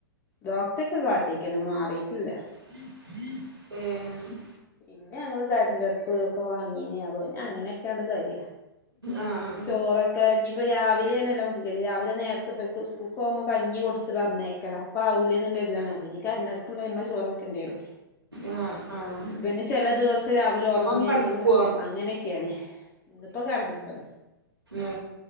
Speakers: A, on the left; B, on the right.
A: ഡോക്ടൊട്ടെ കാട്ടിക്ക് ണ് മാറിട്ടില്ല
B: മം
A: പിന്നെ ഞങ്ങള്കരണ്ടടുപ്പ് ഒക്കെ വാങ്ങീന് അപ്പ പിന്നെ അങ്ങനെയൊക്കെയങ്ങ് കഴിയ
B: ആഹ്
A: ചോറൊക്കെ ഇനി ഇപ്പ രാവിലെയാ ണല്ലോ നമുക്ക്റി രാവിലെ നേരത്തെ സ്കൂക്ക് പോകുമ്പോക്ക് കഞ്ഞി കൊടുത്ത് പറഞ്ഞേക്കലാ പാവല്ലേ നല്ല ഇതാണ് അപ്പ ഇനി കരണ്ട ടുപ്പുള്ളഇ മ്മ ചോറൊക്കേ ണ്ടിവരും
B: ആഹ ആഹ
A: ഇപ്പന്ന ചില ദിവസം രാവിലെ ഉറങ്ങെ
B: കെടക്കോ
A: ന്നല്ല ചെ ല അങ്ങനെക്കെയാണ് ഇന്നിപ്പോ കടന്നക്കണ്
B: ആ